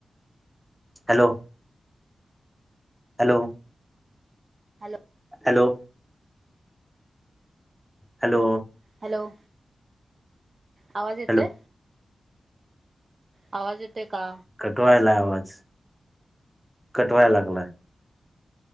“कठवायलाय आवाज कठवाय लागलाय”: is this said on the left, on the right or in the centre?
Centre